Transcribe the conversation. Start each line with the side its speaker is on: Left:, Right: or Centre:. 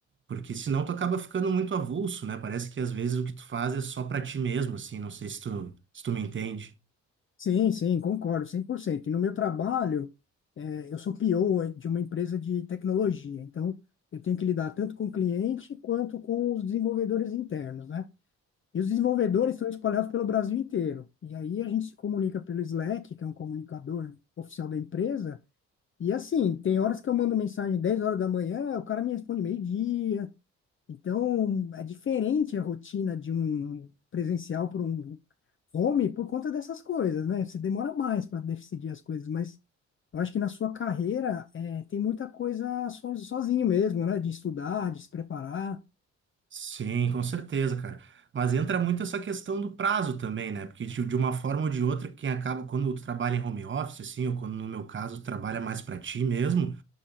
Right: Porque senão tu acaba ficando muito avulso, né? Parece que às vezes o que tu faz é só pra ti mesmo, assim, não sei se tu, se tu me entende.
Left: Sim, sim, concordo, 100%. E no meu trabalho, eh, eu sou PO de uma empresa de tecnologia. Então, eu tenho que lidar tanto com o cliente quanto com os desenvolvedores internos, né? E os desenvolvedores estão espalhados pelo Brasil inteiro. E aí a gente se comunica pelo Slack, que é um comunicador oficial da empresa, E assim, tem horas que eu mando mensagem 10 horas da manhã, o cara me responde meio-dia. Então, é diferente a rotina de um presencial para um home por conta dessas coisas, né? Você demora mais para decidir as coisas, mas eu acho que na sua carreira é, tem muita coisa so- sozinho mesmo, né? De estudar, de se preparar.
Right: Sim, com certeza, cara. Mas entra muito essa questão do prazo também, né? Porque de de uma forma ou de outra, quem acaba, quando tu trabalha em home office, assim, ou quando no meu caso, tu trabalha mais pra ti mesmo,